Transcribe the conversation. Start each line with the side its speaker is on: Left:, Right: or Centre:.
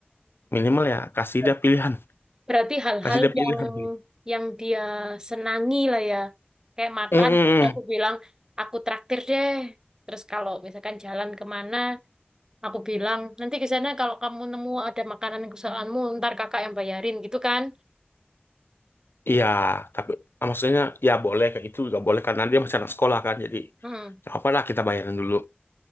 Left: minimal ya kasih
Right: Oh.
Left: dia pilihan
Right: Berarti hal-hal
Left: kasih dia
Right: yang
Left: pilihan
Right: yang dia senangi lah ya. Kayak makan,
Left: Mm-mm.
Right: terus aku bilang, aku traktir deh. Terus kalau misalkan jalan kemana, aku bilang, nanti ke sana kalau kamu nemu ada makanan kesukaanmu, ntar kakak yang bayarin gitu kan. Gitu.
Left: Iya, tapi ah, maksudnya ya boleh kayak itu juga boleh karena dia masih anak sekolah kan. Jadi
Right: Hmm.
Left: nggak apa-apa lah kita bayarin dulu.